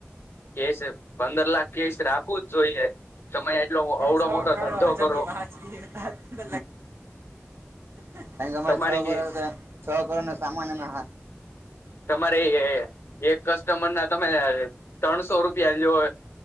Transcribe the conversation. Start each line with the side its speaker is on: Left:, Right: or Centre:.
Left: કેશ પંદર લાખ કેશ રાખવું જ જોઈએ. તમે એટલો અવડો
Right: સો
Left: મોટો
Right: કરોડો
Left: ધંધો
Right: <inaudible> એટલે
Left: કરો
Right: તમારે છ કરોડ તે
Left: તમારી
Right: છ કરોડ નો સામાન એમાં હા
Left: તમારે એ એક કસ્ટમર ના તમે ત્રણસો રૂપિયા લ્યો એ